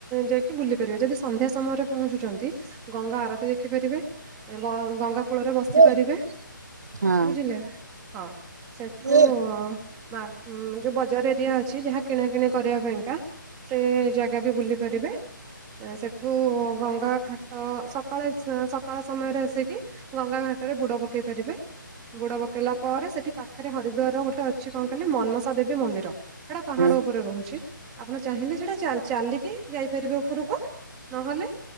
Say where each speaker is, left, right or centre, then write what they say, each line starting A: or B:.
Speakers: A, on the right; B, on the right.
A: ଯାଇକି ବୁଲି ପାରିବେ ଯଦି ସନ୍ଧ୍ୟା ସମୟରେ ପହଞ୍ଚୁଚନ୍ତି। ଗଙ୍ଗା ଆରତି ଦେ ଖି ପାରିବେ ଗ ଗଙ୍ଗା କୂଳରେ ବସି
B: ହୁଁ
A: ପାରିବେ
B: ହଁ
A: ବୁଝିଲେ। ହଁ ସେଠୁ
B: ହୁଁ
A: ମାର୍କ ଯୋଉ ବଜାର ଏରିଆ ଅଛି ଯାହା କିଣା କିଣି କରିବା ପାଇଁକା ସେ ଜାଗା ବି ବୁଲି ପାରିବେ। ସେଠୁ ଗଙ୍ଗା ଘାଟ ସକାଳେ ସକାଳ ସମୟରେ ଆସିକି। ଗଙ୍ଗା ଘାଟେ ରେ ବୁଡ ପକେଇ ପାରିବେ ବୁଡ ପ କେଇଲା ପରେ ସେଠି ପାଖେରେ ହରିଦ୍ୱାର ର ଗୋଟେ ଅଛି କଣ କହିଲେ ମନସା ଦେବୀ ମନ୍ଦିର। ହେଟା ପାହାଡ
B: ହଁ
A: ଉପରେ ରହୁଛି ଆପଣ ଚାହିଁଲେ ସେଟା ଚାଲ ଚାଲିକି। ଯାଇପାରିବେ ଉପୁରୁକୁ, ନହଲେ